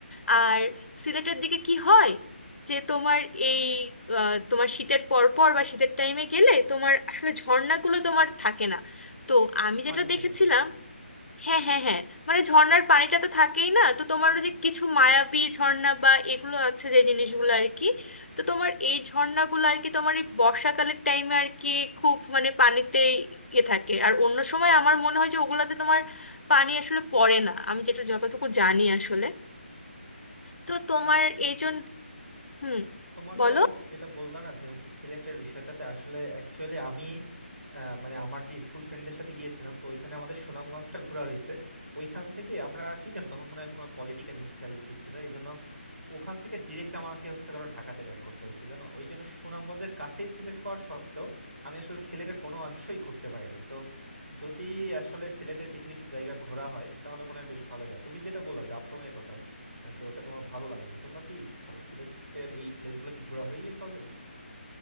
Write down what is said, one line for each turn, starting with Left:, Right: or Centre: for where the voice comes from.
Left: আর সিলেটের দিকে কি হয় যে তোমার এই আহ, তোমার শীতের পর পর বা শীতের টাইমে গেলে তোমার আসলে ঝর্ণাগুলো তোমার থাকে না তো আমি যেটা
Right: পানি
Left: দেখেছিলাম
Right: থাকে না আর কি আচ্ছা
Left: হ্যাঁ হ্যাঁ হ্যাঁ মানে ঝর্ণার পানিটা তো থাকেই না তো তোমার ওই যে কিছু মায়াবী ঝর্ণা বা এগুলো আছে যে জিনিসগুলো আর কি তো তোমার এই ঝর্ণাগুলো আর কি তোমার এই বর্ষাকালের টাইমে আর কি খুব মানে পানিতে ইয়ে থাকে আর অন্য সময় আমার মনে হয় যে ওগুলাতে তোমার পানি আসলে পড়ে না আমি যেটা যতটুকু জানি আসলে তো তোমার
Right: আচ্ছা
Left: এই
Right: তো
Left: জন্য হুম
Right: তোমাকে
Left: বলো
Right: যেটা বললাম না যে হচ্ছে সিলেটের বিষয়টাতে আসলে অ্যাকচুয়ালি আমি আহ, মানে আমার যে স্কুল ফ্রেন্ডদের সাথে গিয়েছিলাম তো ওইখানে আমাদের সুনামগঞ্জটা ঘোরা হয়েছে ওইখান থেকে আমরা কি জানো তখন মনে হয় কোনো পলিটিক্যাল ইনস্টেবিলিটি ছিল এই জন্য ওখান থেকে ডিরেক্ট আমাকে হচ্ছে ধরো ঢাকাতে ব্যাক করতে হয়েছে জানো ওই জন্য সুনামগঞ্জের কাছেই সিলেট হওয়ার সত্ত্বেও আমি আসলে সিলেটের কোনো অংশই ঘুরতে পারি নাই তো যদি আসলে সিলেটের কিছু কিছু জায়গা ঘোরা হয় তাহলে মনে হয় বেশ ভালোই হয় তুমি যেটা বললা জাফলং এর কথা আহ, যে ওটা তোমার ভালো লাগে না তোমরা কি মানে এর এই প্লেসগুলো কি ঘোরা হয়ে গেছে অলরেডি